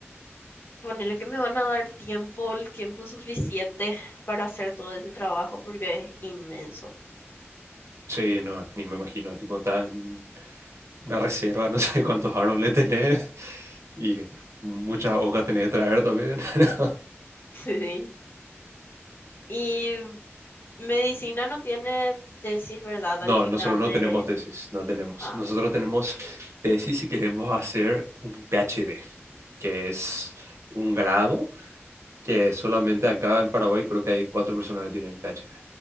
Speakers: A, on the left; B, on the right.
A: Ponele que me van a dar tiempo, el tiempo suficiente para hacer todo ese trabajo porque es inmenso. <laughs>
B: Sí, no, ni me imagino, tipo, está en una reserva, <laughs> no sé cuántos árboles tenés y muchas hojas tenés que traer también. <laughs>
A: Sí. Y medicina no tiene tesis, ¿verdad?
B: No,
A: Al final
B: nosotros no
A: de...
B: tenemos tesis, no tenemos.
A: Ah,
B: Nosotros tenemos tesis si queremos hacer un PhD, que es un grado que solamente acá en Paraguay creo que hay cuatro personas que tienen PhD.